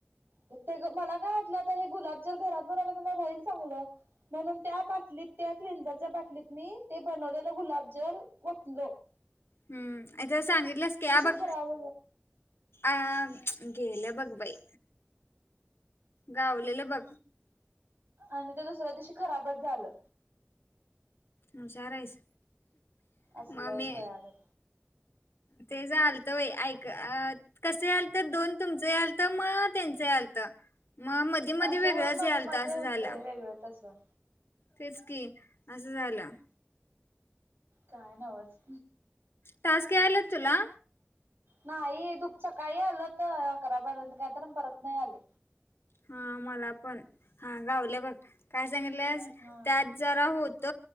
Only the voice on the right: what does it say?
ते मला काय वाटलं आता हे गुलाब जर घरात बनवलय म्हणल्यावर राहील चांगलं. म्हणून त्या बाटलीत त्या क्लिंझरच्या बाटलीत मी ते बनवलेलं गुलाबजल वतलो. ह.
खराब
आणि ते दुसऱ्या दिवशी खराबच झालं.
असलं
घोळ्यागत
असं
वय मध्ये
मध्ये
होतंय
वेगळं तसं.
काय नवंच
नाही दूप सकाळी आल होत. अकरा बारापर्यंत काही त परत नाही आले.
हा